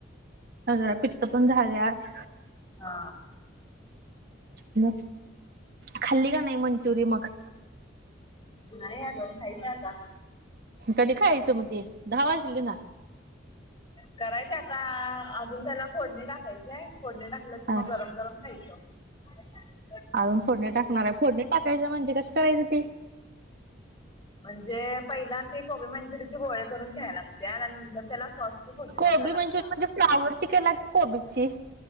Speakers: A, on the right; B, on the left.
A: हा. जरा पित्त पण झाले आज
B: हा
A: अं खाल्ली का नाही मंचुरी मग?
B: नाही अजून खायच आता
A: कधी, खायचं मग ते दहा वाजली ना
B: करायची आता, अजून त्याला फोडणी टाकायची हाय, फोडणी टाकलं की
A: हा
B: मग गरम गरम खायचं. <inaudible>
A: अजून फोडणी टाकणार हाय, फोडणी टाकायचं म्हणजे कसं करायचं ते?
B: म्हणजे पहिलान ते कोबी मंचुरीचे गोळे करून घ्याय लाग त्यानंतर त्याला स्वस्ती खोली
A: कोबी
B: टाकाय लागत्या.
A: मंचुरी म्हणजे फ्लावरची केला की कोबीची?